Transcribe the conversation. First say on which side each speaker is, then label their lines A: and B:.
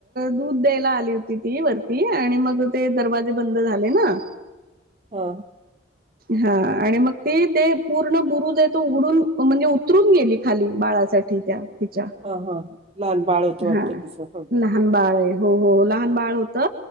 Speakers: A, on the right; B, on the right.
A: दूध द्यायला आली. आली होती ती वरती आणि मग ते दरवाजे बंद झाले ना.
B: हो
A: हा आणि मग ती ते पूर्ण बुरु ज आहे तो उघडून म्हणजे उतरून गेली खाली बा त्या तिच्या
B: हां, हां. लहान बाळ होतं वाटतं
A: हा
B: तिचं. हं.
A: लहान बाळ आहे. हो हो लहान बाळ होत.